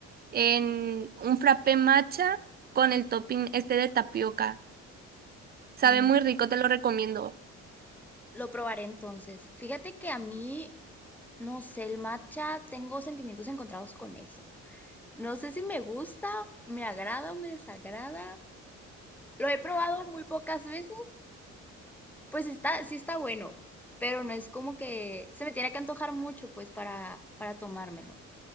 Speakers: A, on the right; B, in the centre.
A: en un frappé matcha con el topping este de tapioca. Sabe
B: mm,
A: muy rico, te lo recomiendo.
B: lo probaré entonces? Fíjate que a mí, no sé, el matcha, tengo sentimientos encontrados con eso. No sé si me gusta, me agrada o me desagrada. Lo he probado muy pocas veces, Pues está, sí está bueno, pero no es como que se me tiene que antojar mucho, pues, para, para tomármelo.